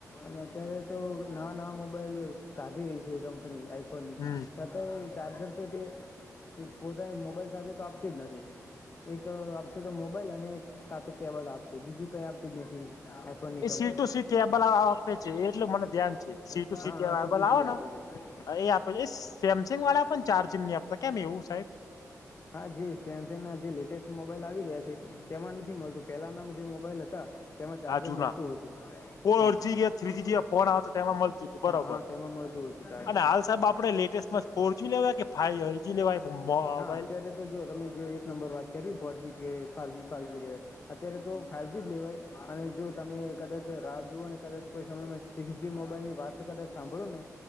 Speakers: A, on the left; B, on the left.
A: અને અત્યારે તો નવા નવા મોબાઈલ કાઢી રહી છે એ કંપની આઈ ફોની
B: હમ.
A: છ તો ચાર્જ તો તે પોતાની મોબાઈલ સાથે તો આપતી જ નથી. એક આપશે તો મોબાઈલ અને કાં તો કેબલ આપશે બીજું કઈ આપતી નથી. આફોની
B: એ
A: company
B: C to C cable આપે છે એટલે મને ધ્યાન છે સી ટુ
A: હા
B: કેબલ
A: હા સી ટુ સી
B: આવે
A: આપે
B: ને
A: છે,
B: એ આપે છે એ સેમસંગ વાળા પણ ચાર્જિંગ ની આપતા કેમ એવું સાહેબ
A: હા જ જે લેટેસ્ટ મોબાઈલ આવી રહ્યા છે, તેમાં નથી મળતું પેલા ના જે મોબાઈલ હતા. તેમાં ચાર્જર
B: હ જુના
A: મળતું હતું
B: ફોરજી
A: હા
B: થ્રીજી ફોન આવે તો તેમાં મળતું હતું. બરોબર
A: હા હા તેમાં મળતું હતું ચાર્જર
B: અને હાલ સાહેબ આપણે લેટેસ્ટમાં ફોરજી લેવા કે ફાઈવજી લેવાય મોબાઈલ
A: હા અત્યારે તો જો તમે જે એક નંબર વાત કરી ફોરજીી કે ફા જ ફાઇવ જ લેવાય અત્યારે તો ફાઇવ જ જ લેવાય અને જો તમે કદાચ રાહ જુઓ અને કદાચ કોઈ સમયમાં સિક્સ જ મોબાઈલની વાત કદાચ સાંભળો ને